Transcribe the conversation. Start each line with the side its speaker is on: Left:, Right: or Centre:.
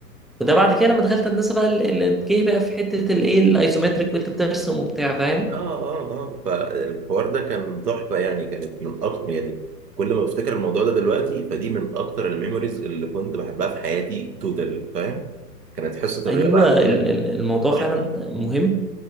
Centre: وده بعد كده لما دخلت هندسه بقى ال- ال- جه بقى في حته الايه الايزومتريك وانت بترسم وبتاع فاهم
Right: اه اه اه فالحوار ده كان تحفة يعني كانت من أكتر يعني كل ما بفتكر الموضوع ده دلوقتي فدي من أكتر الميموريز اللي كنت بحبها في حياتي توتال فاهم كانت حصة
Centre: ايوه
Right: الرياضة عندنا
Centre: ال-
Right: دي
Centre: ال- الموضوع
Right: تحفة
Centre: فعلا مهم